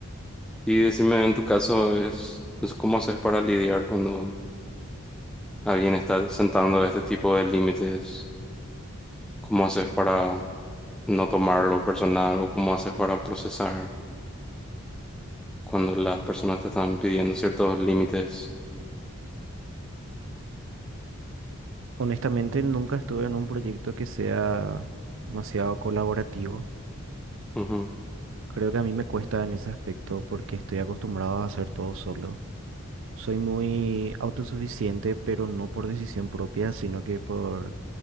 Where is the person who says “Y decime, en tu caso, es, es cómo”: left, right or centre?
Centre